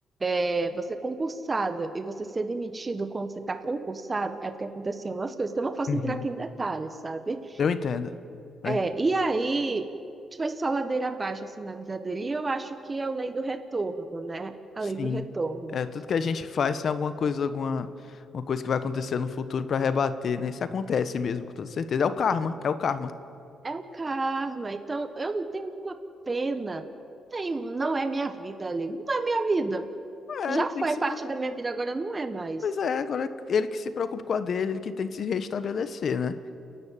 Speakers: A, on the right (about 25°); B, on the left (about 60°).
A: é, você é concursado e você ser demitido quando você está concursado, é porque aconteceu umas coisas, então eu não posso
B: Uhum.
A: entrar aqui em detalhes, sabe?
B: Eu entendo. Eu
A: É,
B: entendo.
A: e aí, tipo, foi só ladeira abaixo, assim, na vida dele, e eu acho que é a lei do retorno, né? A
B: Sim.
A: lei do retorno.
B: É, tudo que a gente faz tem alguma coisa, alguma uma coisa que vai acontecer no futuro pra rebater, né? Isso acontece mesmo, com toda certeza. É o karma, é o karma.
A: É o karma, então eu não tenho uma pena, tenho, não é minha vida ali, não é minha vida.
B: É,
A: Já
B: ele tem
A: foi
B: que se.
A: parte
B: pre-
A: da minha vida, agora não é mais.
B: Pois é, agora é ele que se preocupa com a dele, ele que tem que se restabelecer, né?